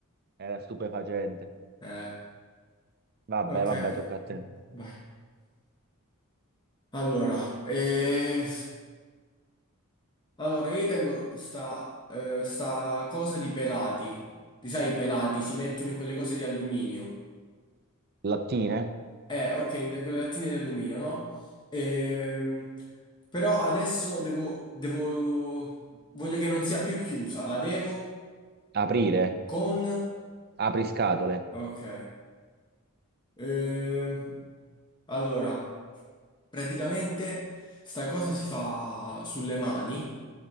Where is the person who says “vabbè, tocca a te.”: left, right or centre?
Right